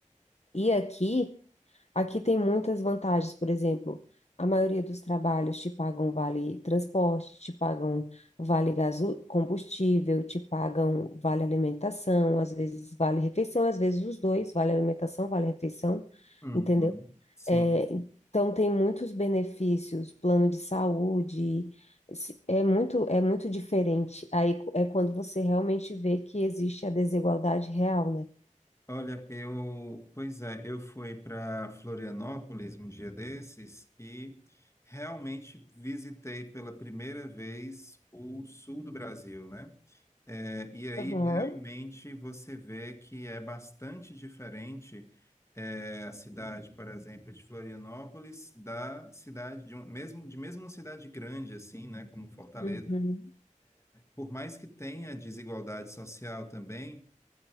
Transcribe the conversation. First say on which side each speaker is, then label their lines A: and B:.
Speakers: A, on the left; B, on the left.
A: E aqui, aqui tem muitas vantagens, por exemplo, a maioria dos trabalhos te pagam vale transporte, te pagam vale gaso combustível, te pagam vale alimentação, às vezes vale refeição, às vezes os dois, vale alimentação, vale refeição,
B: Uhum.
A: entendeu?
B: Sim.
A: É, então tem muitos benefícios, plano de saúde, se- é muito, é muito diferente. Aí é quando você realmente vê que existe a desigualdade real, né?
B: Olha, eu, pois é, eu fui para Florianópolis um dia desses e realmente visitei pela primeira vez o sul do Brasil, né? É, e aí
A: Aham.
B: realmente você vê que é bastante diferente é, a cidade, por exemplo, de Florianópolis da cidade de um, mesmo de mesmo uma cidade grande assim, né, como Fortaleza.
A: Uhum.
B: Por mais que tenha desigualdade social também